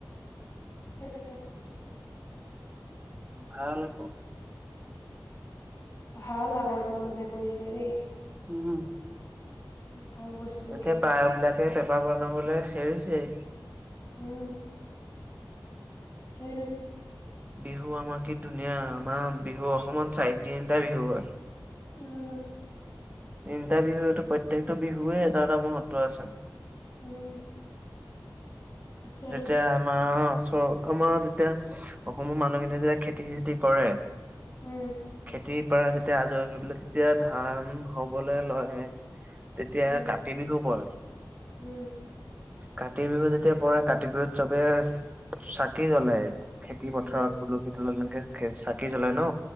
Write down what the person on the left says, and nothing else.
সেইটোকে।
ভাল আগৰ দিনা মানুহে কৈছিলে দেই।
ভাল বস্তু বিলাক
উম সেইটোকে
উম।
উম। আছেতো
উম।
উম
উম
উম